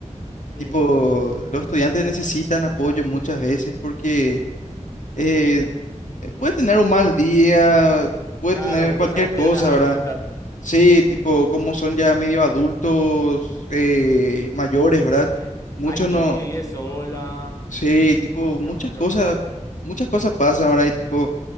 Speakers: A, on the left; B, on the left.
A: sí.
B: Tipo, los estudiantes necesitan apoyo muchas veces porque eh, eh, puede tener un mal día, puede
A: Claro,
B: tener cualquier
A: cosas externas
B: cosa,
A: a la
B: ¿verdad?
A: facultad.
B: Sí, tipo, como son ya medio adultos eh, mayores, ¿verdad?
A: Sí,
B: Muchos
A: hay gente
B: no,
A: que vive sola,
B: sí, tipo,
A: depende
B: muchas
A: mucho.
B: cosas, muchas cosas pasan, ¿verdad? Y tipo,